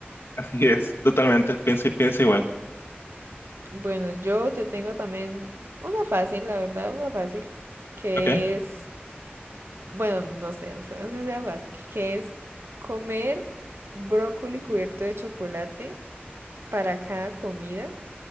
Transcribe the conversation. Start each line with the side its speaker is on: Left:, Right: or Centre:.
Left: así es, totalmente, pienso, pienso igual.
Right: Bueno, yo te tengo también una fácil, la verdad, una fácil, que
Left: ¿Ok?
Right: es, bueno, no, no sé, no sé, no sé si sea fácil, que es comer brócoli cubierto de chocolate para cada comida